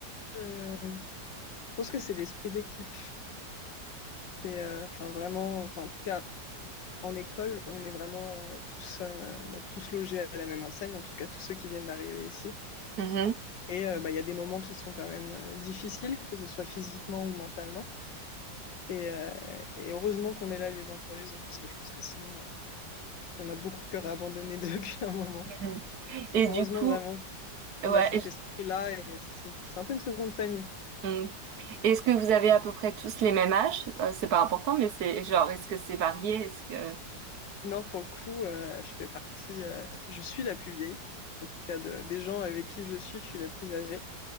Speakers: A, on the left; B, on the right.
A: Euh, je pense que c'est l'esprit d'équipe. C'est euh, enfin vraiment, enfin, en tout cas, en école, on est vraiment euh, tous, euh, bah, tous logés à la même enseigne, en tout cas, tous ceux qui viennent d'arriver ici.
B: Mhm.
A: Et euh, bah, il y a des moments qui sont quand même euh, difficiles, que ce soit physiquement ou mentalement. Et, euh, et heureusement qu'on est là les uns pour les autres, parce que je pense que sinon, euh, il y en a beaucoup qui auraient abandonné <laughs> depuis un moment.
B: Mhm.
A: Donc
B: Et du
A: heureusement
B: coup,
A: vraiment qu'on
B: ouais,
A: a cet
B: je-
A: esprit-là, et c'est c'est- c'est un peu une seconde famille.
B: mm. Est-ce que vous avez à peu près tous les mêmes âges? Euh, c'est pas important, mais c'est genre, est-ce que c'est varié? Est-ce que...
A: Non, pour le coup, euh, je fais partie, euh, enfin, je suis la plus vieille, en tout cas de- des gens avec qui je suis, je suis la plus âgée.